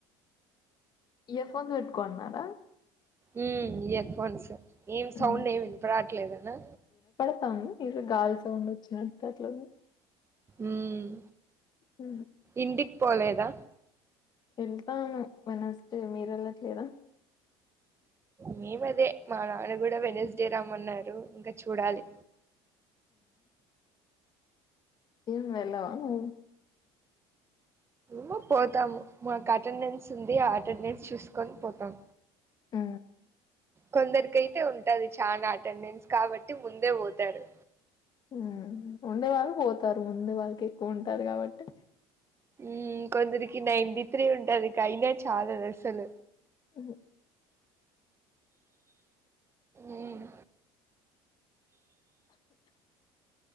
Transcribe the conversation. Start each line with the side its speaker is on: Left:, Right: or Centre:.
Left: ఇయర్ ఫోన్స్ పెట్టుకోన్నారా
Right: ఉ ఇయర్ ఫోన్స్ ఏం
Left: హ్మ్.
Right: సౌండ్ ఏమి వినపరాట్లేదనా
Left: స్తాంది ఏదో గాల్ సౌండ్ వచ్చినట్టు అట్లది
Right: ఉమ్
Left: హ
Right: ఇంటికి పోలేదా
Left: వెళ్తాను వెనస్డే మీరు వెళ్ళట్లేదా
Right: మేమ అదే మా నాన్న కూడా వెనస్డే రమ్మన్నారు. ఇంకా చూడాలి
Left: ఏం వెల్లవా నువ్వు
Right: మో పోతాము మాకు అటెండెన్స్ ఉంది. ఆ అటెండెన్స్ చూసుకొని పోతాం.
Left: హు
Right: కొందరికైతే ఉంటది చాన అటెండెన్స్ కాబట్టి ముందేపోతారు.
Left: ఉ ఉండే వాళ్ళు పోతారు ముందు వాళ్ళకి ఎక్కువ ఉంటాది కాబట్టి
Right: ఉ కొందరికి నైన్టీ త్రీ ఉంటాది కైనా చాలాదు అసలు
Left: ఉ హు
Right: ఉమ్